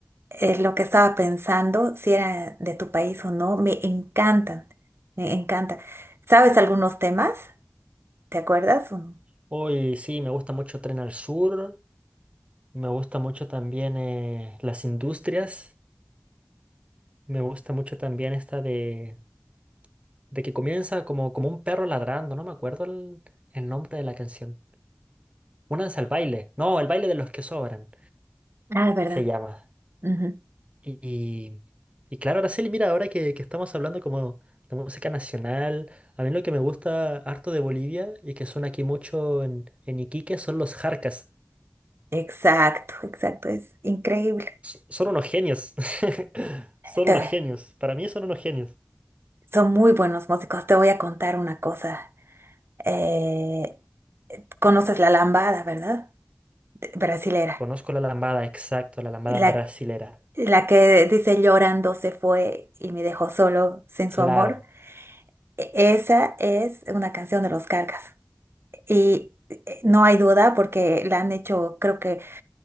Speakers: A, on the right; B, on the right.
A: es lo que estaba pensando, si era de tu país o no. Me encantan, me encantan. ¿Sabes algunos temas? ¿Te acuerdas? o no?
B: Hoy sí, me gusta mucho Tren al Sur, me gusta mucho también eh, las industrias, me gusta mucho también esta de, de que comienza como, como un perro ladrando, no me acuerdo el, el nombre de la canción. Únanse al baile, no, el baile de los que sobran
A: Ah, verdad.
B: se llama.
A: Ujú.
B: Y, y, y claro, Araceli, mira, ahora que, que estamos hablando como de música nacional, a mí lo que me gusta harto de Bolivia y que suena aquí mucho en, en Iquique son los jarcas.
A: Exacto, exacto. Es increíble.
B: so- Son unos genios. <laughs> Son
A: Te-
B: unos genios. Para mí son unos genios.
A: son muy buenos músicos. Te voy a contar una cosa. Eh, Conoces la lambada, ¿verdad? De- Brasilera.
B: Conozco la lambada, exacto, la lambada
A: La,
B: brasilera.
A: la que dice llorando se fue y me dejó solo sin su
B: Claro.
A: amor. E- Esa es una canción de los Cargas. Y eh, no hay duda porque la han hecho creo que